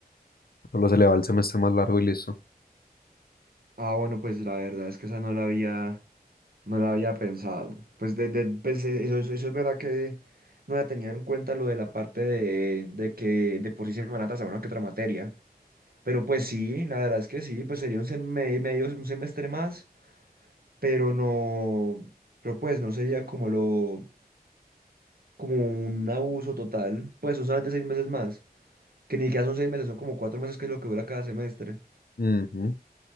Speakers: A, on the left; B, on the right.
A: Solo se le va el semestre más largo y listo.
B: Ah, bueno, pues la verdad es que esa no la había, no la había pensado. Pues, de, de- pues e- eso, es- eso es verdad que no había tenido en cuenta lo de la parte de, de que de por sí se me van a atrasar una que otra materia. Pero pues sí, la verdad es que sí, pues sería un sem- me- medio, un semestre más, pero no, pero pues no sería como lo, como un abuso total, pues son solamente seis meses más. Que ni siquiera son seis meses, son como cuatro meses que es lo que dura cada semestre.
A: Ujú.